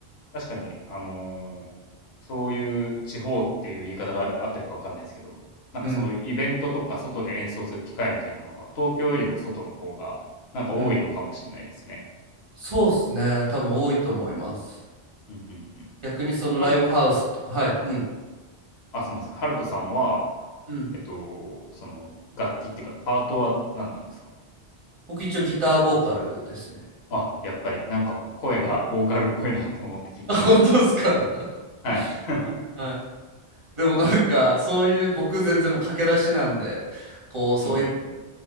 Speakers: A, on the left; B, on the right.
A: 確かに、あのーそういう地方っていう言い方が合ってるか分かんないですけど、なんかそのイベントとか外で演奏する機会みたいなのは、
B: うん
A: 東京よりも外の方がなんか多いのかもしれないですね。
B: うん。そうっすね。多分多いと思います。
A: うんうんうん。
B: 逆にそのライブハウスとか、
A: ある、
B: はい。うん。
A: あ、すみません。ハルトさんは、
B: うん。
A: えっと、その楽器っていうか、パートは何なんですか
B: 僕一応ギターボーカルですね。
A: あ、やっぱり、なんか声がボーカルっぽいなって思って聞いてました。
B: <laughs> あ本当ですか。<laughs>
A: はい。<laughs>
B: はい。でもなんかそういう僕全然もう駆け出しなんで、こうそういう
A: うんうん。